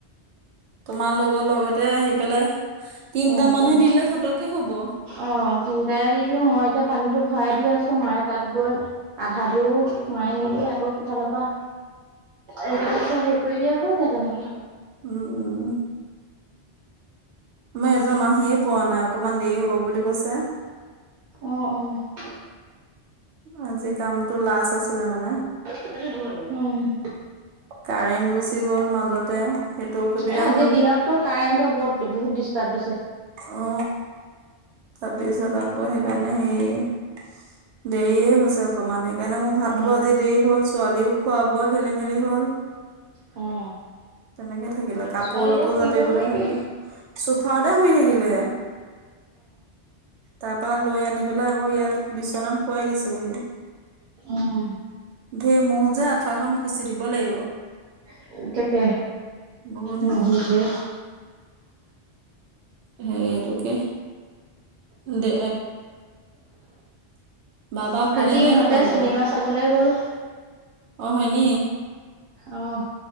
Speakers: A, on the right (about 80°); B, on the right (about 55°).
A: তোমাৰ লগৰ লগতে আহি পেলাই তিনটা
B: অ অকমান
A: মানুহে দিলে ফটকে হব।
B: অ, তিনিটাই দি দিওঁ মই এতিয়া পানীটো ভৰাই দি আছোঁ মায়ে তাত গৈ আধা <unintelligible> মায় নি কিনে আকৌ সিফালৰ পা এজন আছে হেই কৰি দিয়া হৈ যায় তেনেকে।
A: উম- উম মই এজন আহিয়ে পোৱা নাই অকমান দেৰি হ'ব বুলি কৈছে।
B: অ', অ',
A: আজি কামটো লাছ আছিলে মানে।
B: <unintelligible> উম।
A: কাৰেণ্ট গুচি গ'ল মাজতে। সেইটো
B: এ
A: অসুবিধা
B: আজিৰ
A: হ'ল
B: দিনততো কাৰেণ্টৰ বহুত-বহুত ডিষ্টাৰ্ব দিছে।
A: অ, তাৰপিছত
B: সেইটো
A: আকৌ
B: কথা
A: সেইকাৰণে হেই দেৰিয়ে হৈছে অকমান সেইকাৰণে মোৰ ভাতো
B: উম।
A: আজি দেৰি হ'ল ছোৱালীও খোৱা-বোৱা খেলি-মেলি হ'ল।
B: অ',
A: তেনেকে থাকিলে কাপোৰ
B: ছোৱালী
A: অলপো
B: এতিয়া শুই
A: জাপিবলৈ
B: গ'ল নেকি?
A: থাকিলে, চোফাওতে শুই থাকি কিলে। তাৰপা লৈ আনি পেলাই আকৌ ইয়াত বিচনাত শুৱাই দিছোহি।
B: উম,
A: ধেৰ মো'হ যে আঁঠুৱা খন খুচি দিব লাগিব।
B: <unintelligible> তাকে
A: বহুত
B: নুহোধে।
A: মহ সেইটোকে দে বাবা শুলে
B: আজি
A: নে
B: ইহঁতে
A: তোমালোকৰ
B: চিনেমা চাবলে গ'ল।
A: অ, হয়নি?
B: অহ,